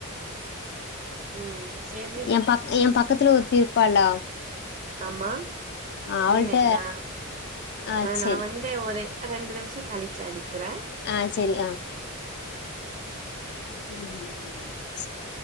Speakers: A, on the right; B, on the left.
A: ம் சேத்
B: ஏம் பக் ஏம் பக்கத்துல ஒருத்தி இருப்பாள
A: ஆமா
B: அவள்ட்ட
A: நின்னே நா
B: ஆ
A: அ நா
B: சேரி
A: வந் தே ஒரு ரெண்டு நிம்ஷோ கழிச்சு அடிக்கறே
B: அ சேரி அ <inaudible>